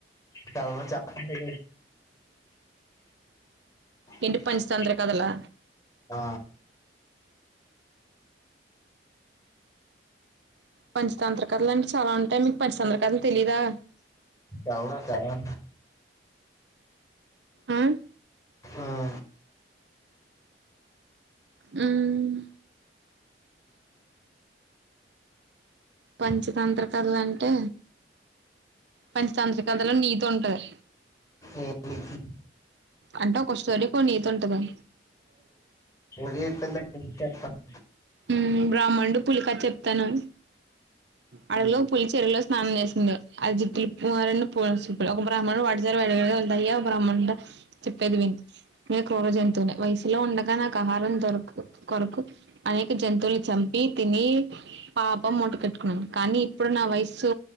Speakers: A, on the left (about 20°); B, on the right (about 70°).
A: చదవ చెప్పండి ఇంటి
B: ఏంటి
A: పంచ
B: పంచతంత్ర కథలా
A: ఆ,
B: పంచతంత్ర కథలు అంటే చాలా ఉంటాయి. మీకు పంచతంత్ర కథలు తెలీదా
A: చదవ చదవ
B: ఆ
A: ఆ,
B: హ్ మ్ పంచతంత్ర కథలంటే పంచతంత్ర కథలో నీతి ఉంటది.
A: ఏమిటి
B: అంటే కొ స్టోరీకో నీతి ఉంటంది
A: ఒరే పెద్ద చెప్పండి
B: హ్ బ్రాహ్మణడు పులికా చెప్తాను అడగులో పులి చెరులో స్నానం చేసింది అది జుట్లు రెండు ఒక బ్రాహ్మడు వాటిదర వెళ్ాయ ఒక బ్రాహ్మడు చెప్పేది విని నను క్రూర జంతువుని వయసులో ఉండగా నాకు ఆహారం దొరకు కొరకు అనేక జంతువులు చంపి తిని పాపం మూట కట్టుకు కానీ ఇప్పుడు నా వయస్సు